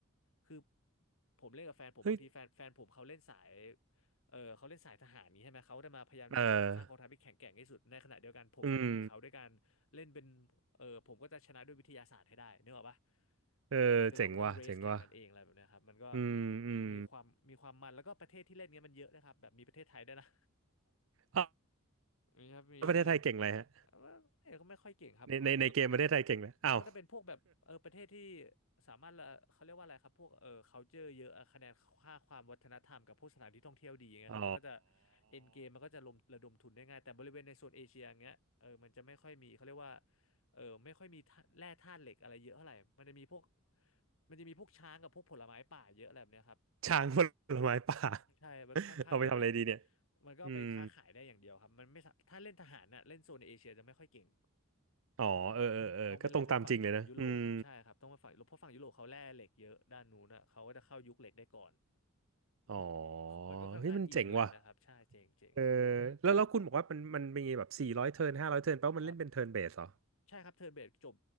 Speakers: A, on the left; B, on the right.
A: คือผมเล่นกับแฟนผมบางทีแฟนแฟนผมเขาเล่นสาย
B: เฮ้ย
A: เออเขาเล่นสายทหารนี้ใช่ไหมเขาได้มาพยายามสร้างกองทัพที่แข็งแกร่งที่สุดในขณะเดียวกันผมก็หนีเขาด้วยกัน
B: เอออืม
A: เล่นเป็น เออ ผมก็จะชนะด้วยวิทยาศาสตร์ให้ได้นึกออกปะ
B: เออเจ๋งว่ะเจ๋งว่ะ
A: อ่ะคือเราก็ต้องเรสแข่งกันเองอะไรแบบเนี้ยครับมันก็
B: อืมอืม
A: มีความมีความมันแล้วก็ประเทศที่เล่นเงี้ยมันเยอะนะครับ แบบมีประเทศไทยด้วยนะ
B: อ้าว
A: <laughs> มีครับ มี
B: แล้วประเทศไทยเก่งอะไรฮะ
A: มี ว่าไม่ก็ไม่ค่อยเก่งครับเขา
B: ในในในเกมประเทศไทยเก่งเลยอ้าว
A: ก็จะเป็นพวกแบบเออประเทศที่สามารถละเขาเรียกว่าอะไรครับพวกเออ culture เยอะอะคะแนนค่าความวัฒนธรรมกับพวกสถานที่ท่องเที่ยวดีอย่างเงี้ยครับมันก็จะ
B: <laughs> อ๋อ
A: end game มันก็จะลมระดมทุนได้ง่ายแต่บริเวณในโซนเอเชียอย่างเงี้ยเออมันจะไม่ค่อยมีเขาเรียกว่าเออไม่ค่อยมีธาตุแร่ธาตุเหล็กอะไรเยอะเท่าไหร่มันจะมีพวกมันจะมีพวกช้างกับพวกผลไม้ป่าเยอะอะไรแบบเนี้ยครับ
B: ช้างผลไม้ป่า
A: ใช่มันค่อนข้างจะแบบ
B: <laughs> เอาไปทำอะไรดีเนี่ย
A: มันก็ไปค้าขายได้อย่างเดียวครับมันไม่สาถ้าเล่นทหารน่ะเล่นโซนเอเชียจะไม่ค่อยเก่ง
B: อืมอ๋อเออเออเออก็ตรงตามจริงเลยนะอืม
A: ต้องไปเล่นในฝั่งแบบยุโรปใช่ครับต้องไปฝั่งยุโรปเพราะฝั่งยุโรปเขาแร่เหล็กเยอะด้านนู้นอ่ะเขาก็จะเข้ายุคเหล็กได้ก่อน <laughs>
B: อ๋อ
A: มันก็ค่อนข้างอิงอะไรนะครับใช่เจ๋งเจ๋งใช่
B: เฮ้ยมันเจ๋งว่ะ เออแล้วแล้วคุณบอกว่ามันมันมีแบบสี่ร้อยเทิร์นห้าร้อยเทิร์นแปลว่ามันเล่นเป็นเทิร์นเบสเหรอ
A: ผมครับ ใช่ครับเทิร์นเบสจบ